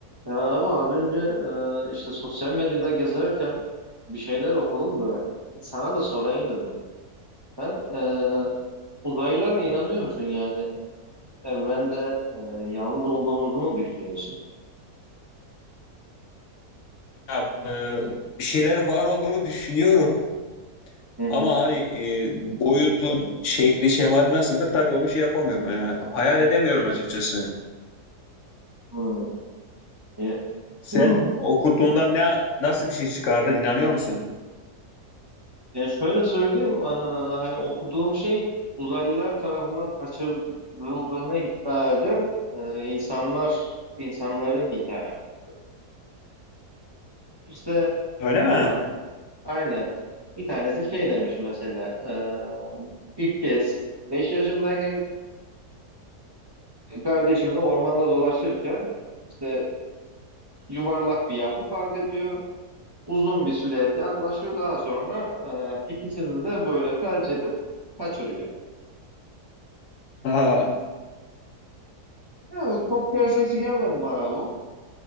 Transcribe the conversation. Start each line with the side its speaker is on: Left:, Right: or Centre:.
Right: Ya abi az önce e, işte sosyal medyada gezerken bir şeyler okudum da sana da sorayım dedim. Ben e, uzaylılara inanıyor musun yani? Evrende e, yalnız olduğumuzu mu düşünüyorsun?
Left: Ya, e, bir şeyler var olduğunu düşünüyorum
Right: Hı hı.
Left: ama hani e, boyutu, şekli, şemali nasıldır tabii onu şey yapamıyorum. Yani hayal edemiyorum açıkçası.
Right: Hmm. Ya,
Left: Sen
Right: Hmm.
Left: okuduğunda ne nasıl bir şey çıkardın inanıyor musun?
Right: ya şöyle söyleyeyim e, hani okuduğum şey uzaylılar tarafından kaçırıldığını iddia eden e, insanlar insanların hikayesi. İşte
Left: Öyle mi?
Right: bir tanesi aynen bir tanesi şey demiş mesela e, İlk kez 5 yaşımdayken kardeşimle ormanda dolaşırken işte yuvarlak bir yapı fark ediyor. Uzun bir silüet yaklaşıyor. Daha sonra e, ikisini de böyle felç edip kaçırıyor.
Left: Ha,
Right: Ya, çok gerçekçi gelmedi bana bu.